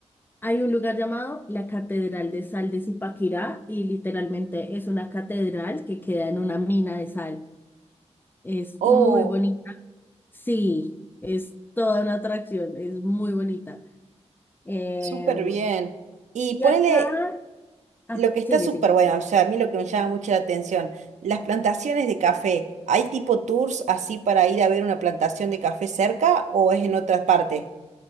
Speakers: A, on the left (about 15°); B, on the right (about 80°).
A: hay un lugar llamado la Catedral de Sal de Zipaquirá y literalmente es una catedral que queda en una mina de sal. Es
B: Oh,
A: muy bonita. Sí, es toda una atracción, es muy bonita. Em,
B: súper bien. Y
A: y
B: ponele
A: acá, ah,
B: Lo que está
A: sigue,
B: súper
A: sí.
B: bueno, o sea, a mí lo que me llama mucho la atención, las plantaciones de café, ¿hay tipo tours así para ir a ver una plantación de café cerca o es en otra parte?